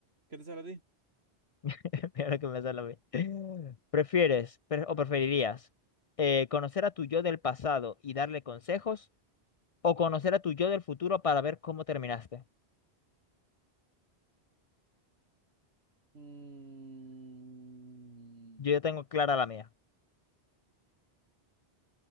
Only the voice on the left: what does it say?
<laughs> Mira lo que me sale a mí. ¿Prefieres pre- o preferirías eh, conocer a tu yo del pasado y darle consejos o conocer a tu yo del futuro para ver cómo terminaste?
Yo ya tengo clara la mía.